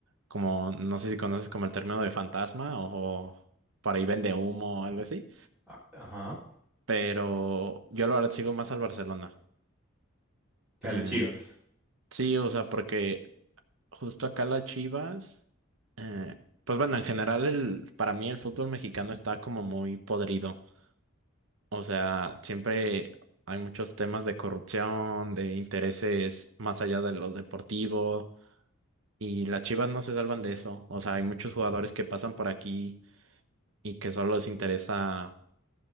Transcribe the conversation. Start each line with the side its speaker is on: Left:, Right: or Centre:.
Right: como, no sé si conoces como el término de fantasma o, para ahí vende humo o algo así,
Centre: Ah, Ajá.
Right: pero yo la verdad sigo más al Barcelona.
Centre: ¿Que
Right: Eh,
Centre: a las Chivas?
Right: sí, o sea, porque justo acá las Chivas, eh, pues bueno, en general el, para mí el fútbol mexicano está como muy podrido. O sea, siempre hay muchos temas de corrupción, de intereses más allá de los deportivos, y las Chivas no se salvan de eso. O sea, hay muchos jugadores que pasan por aquí y que solo les interesa,